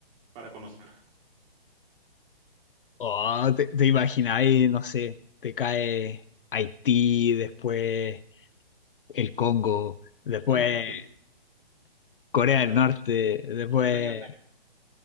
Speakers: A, on the right (about 25°); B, on the left (about 60°).
A: para conocer.
B: Oh, te, te imagináis, no sé, te cae Haití, después el Congo, después
A: Bueno, también,
B: Corea del
A: también
B: Norte, después
A: depende de qué